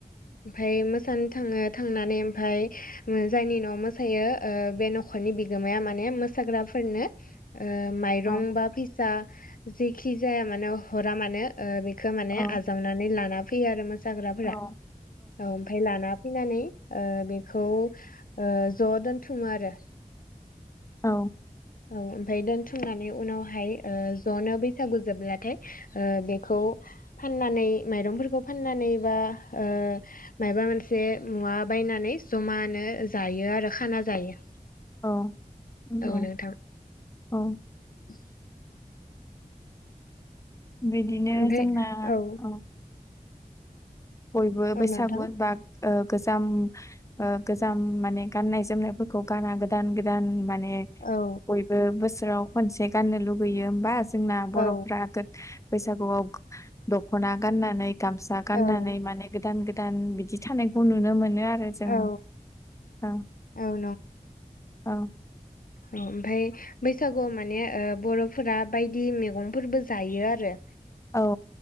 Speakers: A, on the left (about 70°); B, on the left (about 20°).
A: ओमफाय मोसानो थाङो थांनानै ओमफाय जायनि न'वाव मोसायो ओ बे न खरनि बिगोमाया माने मोसाग्राफोरनो ओ माइरं
B: औ
A: बा फैसा जेखि जाया मानोे हरा मानो ओ बेखो माने
B: औ
A: आजावनानै लाना फैयो आरो मो साग्राफोरा
B: औ
A: औ ओमफाय लाना फैनानै ओ बेखौ ओ ज' दोनथुमो आरो।
B: औ
A: औ ओमफ्राय दोनथुमनानै उनावहाय ओ ज'नो बैसागु जोबब्लाथाय ओ बेखौ फाननानै माइरंफोरखौ फाननानै बा ओ मायबा मोनसे मुवा बायनानै जमानो जायो आरो खाना जायो।
B: अ नंगौ
A: औ नोंथां
B: औ
A: <inaudible>
B: बिदिनो
A: ओमफ्राय
B: जोंना
A: औ
B: औ बयबो
A: औ
B: बैसागु
A: नोंथां
B: होनबा ओ गोजाम ओ गोजाम माने गाननाय जोमनायफोरखौ गाना गोदान गोदान माने माने
A: औ
B: बयबो बोसोराव खनसे गाननो लुुबैयो ओमबा जोंना बर'फ्रा
A: औ
B: गोत बैसागुआव दखना गाननानै गामसा गाननानै
A: औ
B: माने गोदान गोदान बिदि थानायखौ नुनो मोनो आरो। जों
A: औ
B: औ
A: औ
B: औ
A: ओ ओमफाय बैसागुआव माने ओ बर'फोरा बायदि मेगंफोरबो जायो आरो।
B: औ